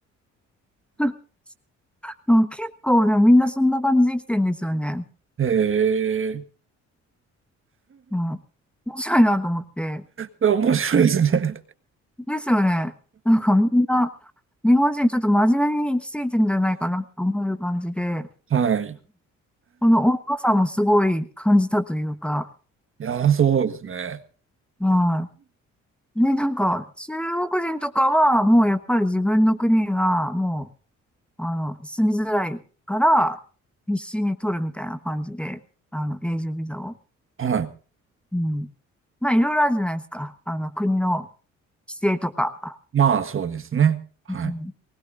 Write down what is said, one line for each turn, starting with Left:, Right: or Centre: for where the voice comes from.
Centre: <laughs> うん結構ね、みんなそんな感じで生きてんですよね。
Right: <laughs> へえ。
Centre: うん。面白いなと思って。
Right: 面白いですね。
Centre: ですよね。なんかみんな、日本人ちょっと真面目に生きすぎてんじゃないかなと思う感じで。
Right: <laughs> はい。い
Centre: この温度差もすごい感じたというか、
Right: やー、そうですね。
Centre: はい。で、なんか、中国人とかは、もうやっぱり自分の国が、もう、あの、住みづらいから、必死に取るみたいな感じで、あの、永住ビザを。
Right: はい。
Centre: うん。まあ、いろいろあるじゃないですか。あの、国の規制とか。
Right: まあ、そうですね。はい。
Centre: うん